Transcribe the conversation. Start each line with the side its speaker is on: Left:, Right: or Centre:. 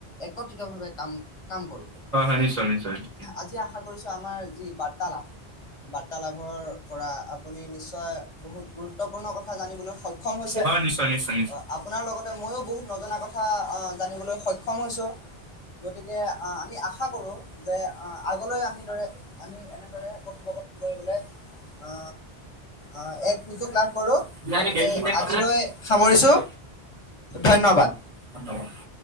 Left: একত্ৰিতভাৱে কাম কাম কৰোঁ।
Right: হয় হয়, নিশ্চয় নিশ্চয়।
Left: আজি আশা কৰিছোঁ, আমাৰ যি বাৰ্তালাপ- বাৰ্তালাভৰ পৰা আপুনি নিশ্চয় বহুত গুৰুত্বপূৰ্ণ কথা জানিবলৈ সয়- ক্ষম হৈছে,
Right: হয় নিশ্চয় নিশ্চয়
Left: অ আপোনাৰ লগতে ময়ো- বহুত নজনা কথা অঁ জানিবলৈ সক্ষম হৈছোঁ, গতিকে আমি আশা কৰোঁ, - যে আ আগলৈ আমি দৰে আমি এনেদৰে কঠিব ক কৰিবলৈ অ অ এক সুযোগ লাভ কৰোঁ
Right: নিশ্চয়।
Left: গতিকে আজিলৈ সামৰিছোঁ ধন্যবাদ।
Right: <inaudible>